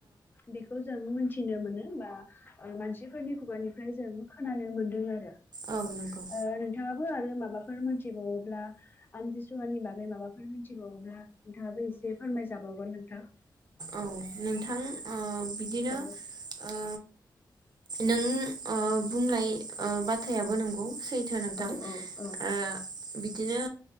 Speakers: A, on the left; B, on the right.
A: बेखौ जों मोन्थिनो मोनो बा ओ मानसिफोरनि खुगानिफ्राय जों खोनानो मोनदों आरो
B: औ नंगौ
A: ओ नोंथाङाबो आरो मा बाफोर मोनथिबावोब्ला आमथिसुवानि बागै माबाफोर मिन्थिबावोब्ला नोंथाङाबो एसे फोरमाय जाबावगोन नोंथां
B: औ नोंथां ओ बिदिनो
A: औ
B: ओ नों ओ बुंनाय ओ बाथ्रायाबो नोंगौ सैथो नोंथां
A: औ औ औ
B: ओ बि दिनो